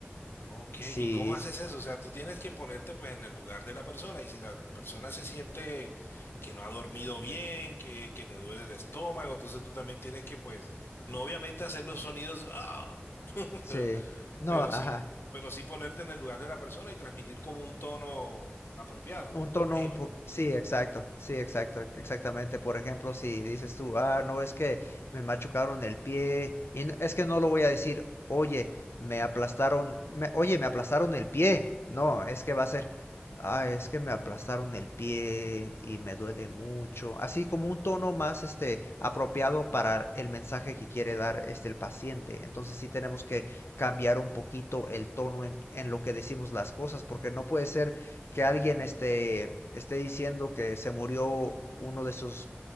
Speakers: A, on the left (about 70°); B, on the left (about 80°).
A: Ok,
B: Sí,
A: ¿y cómo haces
B: s-
A: eso? O sea, tú tienes que ponerte pues en el lugar de la persona y si la persona se siente que no ha dormido bien, que, que le duele el estómago, entonces tú también tienes que pues, no obviamente hacer los sonidos, ¡ah! <laughs>
B: sí.
A: pero
B: No,
A: pero
B: ajá.
A: sí, pero sí ponerte en el lugar de la persona y transmitir como un tono apropiado,
B: Un
A: ¿no? Me
B: tono
A: imagino.
B: un poco... Sí, exacto, sí, exacto, exactamente. Por ejemplo, si dices tú, ah, no, es que me machucaron el pie, y n- es que no lo voy a decir, oye, me aplastaron, me- oye, me aplastaron el pie. No, es que va a ser, ah, es que me aplastaron el pie y me duele mucho. Así como un tono más, este, apropiado para el mensaje que quiere dar, este, el paciente. Entonces sí tenemos que cambiar un poquito el tono en en lo que decimos las cosas, porque no puede ser que alguien esté, esté diciendo que se murió uno de sus